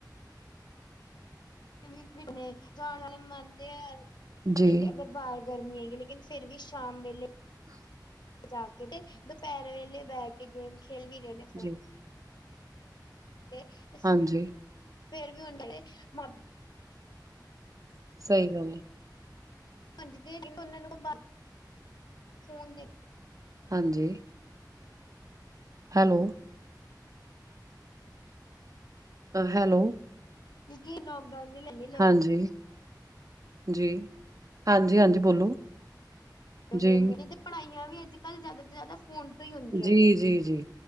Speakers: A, on the left; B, on the right.
A: ਲਿਕਵਿਡ ਮੇਂ <unintelligible> ਮਨਦੇ ਐ, ਦੇਖ
B: ਜੀ,
A: ਅਗਰ ਬਾਹਰ ਗਰਮੀ ਆਏਗੀ ਲੇਕਿਨ ਫੇਰ ਵੀ ਸ਼ਾਮ ਵੇਲੇ
B: <unintelligible>
A: ਜਾ ਕੇ ਤੇ ਦੁਪੈਰ ਵੇਲੇ ਬੈ ਕੇ ਗੇਮਸ ਖੇਲ ਵੀ ਰੇ ਨੇ ਫੋਨ
B: ਜੀ।
A: <unintelligible>
B: ਹਾਂਜੀ।
A: ਫੇਰ ਵੀ ਹੂਨ ਦਿੱਤੇ ਭਾਬੀ
B: ਸਈ ਗੱਲ ਐ।
A: ਅੱਜ ਦੇ ਏਨਾਂ ਏਨਾਂ ਨੂੰ ਬਾਰ, ਫੋਨ ਦੇ
B: ਹਾਂਜੀ। ਹੈਲੋ। ਅ ਹੈਲੋ।
A: ਜੀ ਲੋਕਡਾਊਨ ਵੀ ਲੱਲ ਲਿਐ
B: ਹਾਂਜੀ। ਜੀ। ਹਾਂਜੀ-ਹਾਂਜੀ, ਬੋਲੋ।
A: ਹੋ ਗਿਐਂ
B: ਜੀ,
A: <unintelligible> ਪੜਾਈਆਂ ਵੀ ਅੱਜ ਕੱਲ ਜ਼ਿਆਦਾ ਤੋਂ ਜ਼ਿਆਦਾ ਫੋਨ ਤੋਂ ਹੀ ਹੁੰਦੀਆਂ
B: ਜੀ-ਜੀ-ਜੀ
A: ਨੇ